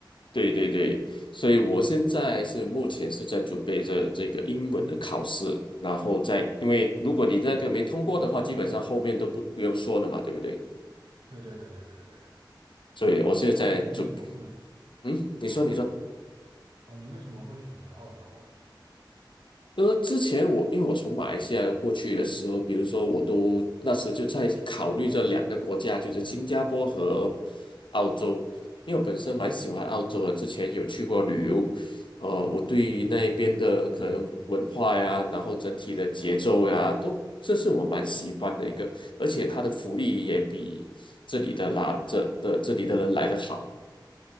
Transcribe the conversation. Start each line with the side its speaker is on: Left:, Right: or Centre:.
Left: 对对对，所以我现在是目前是在准备着这个英文的考试，然后再因为如果你那个没通过的话，基本上后面都不不用说了嘛，对不对？
Right: 对对对对对对。
Left: 所以我现在在准，
Right: 那你为什么会
Left: 嗯，你说你说。
Right: 哦哦？你为什么会选择澳洲啊？
Left: 呃，之前我因为我从马来西亚过去的时候，比如说我都那时就在考虑这两个国家，就是新加坡和澳洲，因为我本身蛮喜欢澳洲的，之前有去过旅游，呃，我对那边的可能文化呀，然后整体的节奏呀，都这是我蛮喜欢的一个，而且它的福利也比这里的啦这的这里的人来的好，